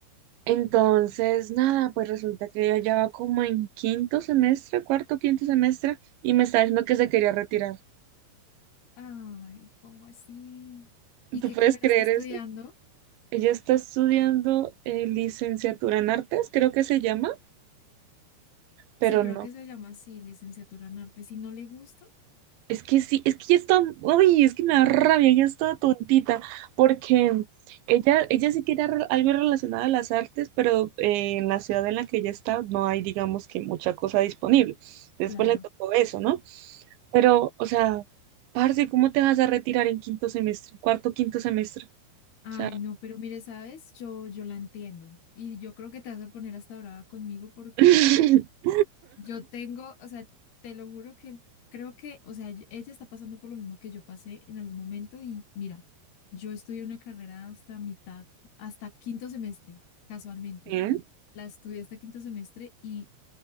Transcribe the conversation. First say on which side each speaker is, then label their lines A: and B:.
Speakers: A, on the right (about 85°); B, on the left (about 65°).
A: Entonces, nada, pues resulta que ella ya va como en quinto semestre, cuarto, quinto semestre, y me está diciendo que se quería retirar.
B: Ay, ¿cómo así? ¿Y
A: ¿Tú
B: qué
A: puedes
B: carrera
A: creer
B: está estudiando?
A: eso? Ella está estudiando eh, licenciatura en artes, creo que se llama, pero
B: Sí, creo
A: no.
B: que se llama así, licenciatura en arte. Si no le gusta,
A: Es que sí, es que ya está, ay, es que me da rabia, ya está tontita, porque ella, ella sí quería re- algo relacionado a las artes, pero eh, en la ciudad en la que ella está no hay, digamos que mucha cosa disponible. Después
B: claro.
A: le tocó eso, ¿no? Pero, o sea, parce, ¿cómo te vas a retirar en quinto semestre, cuarto, quinto semestre?
B: Ay,
A: O sea,
B: no, pero mire, ¿sabes? Yo, yo la entiendo. Y yo creo que te vas a poner hasta brava conmigo porque
A: <laughs>
B: Yo tengo, o sea, te lo juro que creo que, o sea, yo- ella está pasando por lo mismo que yo pasé en algún momento y mira, yo estudié una carrera hasta mitad, hasta quinto semestre, casualmente.
A: ¿eh?
B: La estudié hasta quinto semestre y